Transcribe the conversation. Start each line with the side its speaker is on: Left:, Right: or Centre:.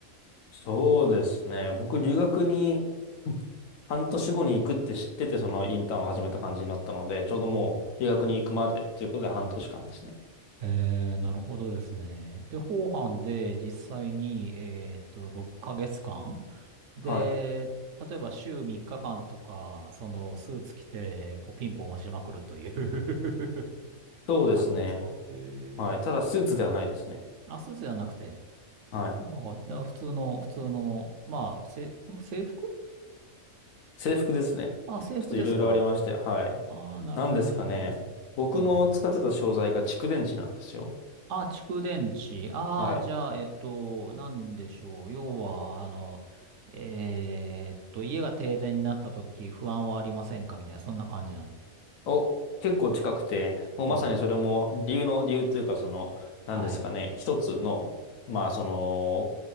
Left: そうですね。僕、留学に半年後に行くって知ってて、そのインターンを始めた感じになったので、ちょうどもう留学に行くまでっていうことで半年間ですね。
Right: おう。ええ、なるほどですね。で、後半で実際に、えーっと、6ヶ月間で、
Left: はい。
Right: 例えば週3日間とか、そのスーツ着て、こうピンポン押しまくるという <laughs>
Left: そうですね。
Right: 感じなんですかへえ。
Left: はい。ただ、スーツではないですね。
Right: あ、スーツじゃなくて。
Left: はい。
Right: ああ、だから普通の、普通の、まあ、せ、制服
Left: 制服ですね。
Right: あ、制服ですか
Left: ちょっといろいろありまして、はい。
Right: ああ、なるほど、
Left: なんですかね。
Right: なるほど。
Left: 僕の使ってた商材が蓄電池なんですよ。
Right: うん。あ、蓄電池。ああ、
Left: はい。
Right: じゃあ、えっと、なんでしょう。要は、あの、えーっと、家が停電になった時、不安はありませんかみたいな、そんな感じの。
Left: お、結構近くて、もうまさにそれも理由の、
Right: ええ、
Left: 理由というか、その、なんですかね。
Right: はい。
Left: 一つの、まあ、その、